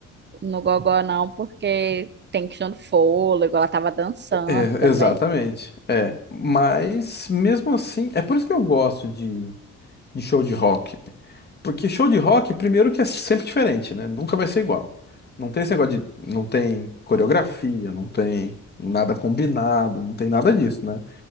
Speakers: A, on the right (about 35°); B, on the left (about 35°).
A: no gogó não, porque tem questão do fôlego, ela tava dançando
B: é,
A: também.
B: exatamente. É. Mas, mesmo assim, é por isso que eu gosto de, de show de rock. Porque show de rock, primeiro que é sempre diferente, né? Nunca vai ser igual. Não tem esse negócio de. Não tem coreografia, não tem nada combinado, não tem nada disso, né?